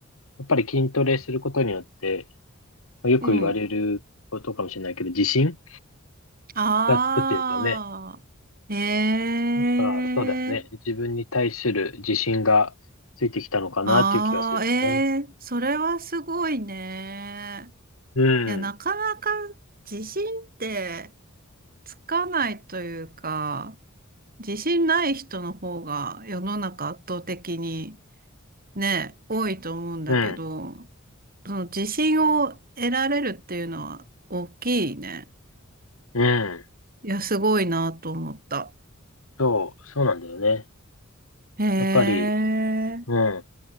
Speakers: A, on the left; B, on the right.
A: やっぱり筋トレすることによって、まあよく言われることかもしれないけど、
B: うん。
A: 自信
B: ああ、
A: がつくっていうかね。
B: ええ、
A: ああ、そうだよね。自分に対する自信がついてきたのかなっていう気がするよね。
B: ああ、ええ、それはすごいね。
A: うん、
B: いや、なかなか自信ってつかないというか、自信ない人の方が世の中圧倒的にね、多いと思うんだけど、
A: うん、
B: その自信を得られるっていうのは大きいね。
A: うん。
B: いや、すごいなと思った。
A: そう、そうなんだよね。
B: へえ。
A: やっぱり、うん。